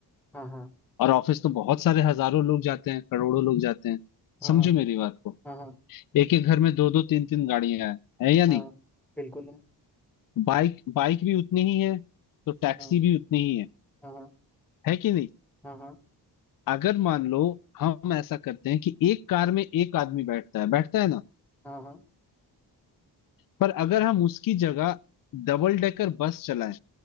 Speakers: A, in the centre; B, on the left.
A: हाँ हाँ
B: और ऑफिस तो बहुत सारे हजारों लोग जाते हैं करोड़ों लोग जाते हैं
A: हाँ
B: समझो
A: हाँ
B: मेरी बात को
A: हाँ हाँ
B: एक एक घर में दो दो तीन तीन गाड़ियां हैं है या नहीं
A: हाँ, बिल्कुल है
B: बाइक बाइक भी उतनी ही है तो टैक्सी
A: हाँ
B: भी उतनी ही है
A: हाँ हाँ
B: है कि नहीं
A: हाँ हाँ
B: अगर मान लो हम ऐसा करते हैं कि एक कार में एक आदमी बैठता है बैठता है ना
A: हाँ हाँ
B: पर अगर हम उसकी जगह डबल डेकर बस चलाएं